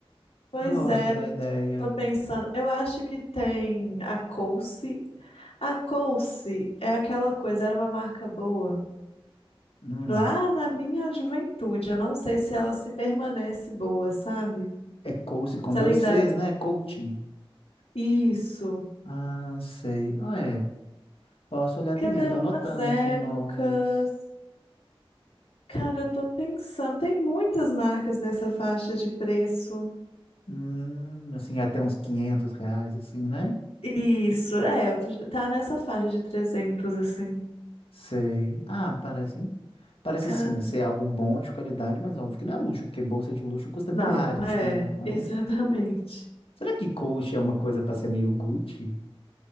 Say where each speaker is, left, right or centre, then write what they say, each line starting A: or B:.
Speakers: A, on the left (about 85°); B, on the left (about 70°).
A: Pois
B: Gosto
A: é,
B: da ideia.
A: tô pensando. Eu acho que tem a Coace. A Coace é aquela coisa, era uma marca boa.
B: Hum,
A: Lá na minha juventude, eu não sei se ela se permanece boa, sabe?
B: é Coach com
A: Se
B: dois
A: ela ainda.
B: Cs, né? Coach.
A: Isso.
B: Ah, sei. Ah, é, posso olhar
A: Porque
B: também,
A: teve
B: tô anotando
A: umas épocas.
B: aqui os nomes.
A: Cara, eu tô pensando, tem muitas marcas nessa faixa de preço.
B: Hum, assim, até uns 500 reais, assim, né?
A: Isso, é, eu tô- tá nessa faixa de 300 assim.
B: Sei. Ah, parece, parece
A: Cara,
B: sim ser algo bom, de qualidade, mas óbvio que não é luxo, porque bolsa de luxo custa
A: não,
B: milhares,
A: é,
B: né? Então,
A: <laughs> exatamente.
B: será que Coach é uma coisa para ser meio Gucci?